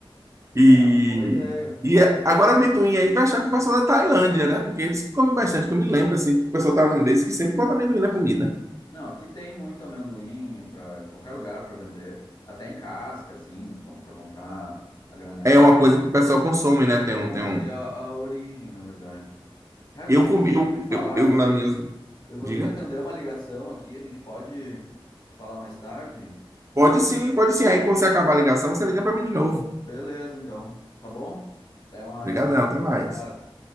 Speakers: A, on the right; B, on the left.
A: E,
B: É, uma boa ideia.
A: e é- agora amendoim aí vai achar com o pessoal da Tailândia, né? Porque eles que comem bastante, que eu me lembro, assim, o pessoal tailandês que sempre bota amendoim na comida.
B: Não, aqui tem muito amendoim para em qualquer lugar para vender, até em casca, assim, para comprar a granel.
A: É uma coisa que o pessoal consome, né? Tem
B: Mas
A: um,
B: eu não
A: tem um...
B: sei a, a origem, na verdade. Cara,
A: Eu
B: deixa
A: comi,
B: eu te,
A: eu,
B: te falar,
A: eu, eu
B: eu vou
A: na
B: ter,
A: minha...
B: eu vou
A: Diga?
B: ter que atender uma ligação aqui. A gente pode se falar mais tarde?
A: Pode sim, pode sim. Aí quando você acabar a ligação, você liga para mim de novo.
B: Beleza, então. Tá bom? Até mais.
A: Obrigadão, até mais.
B: Abraço.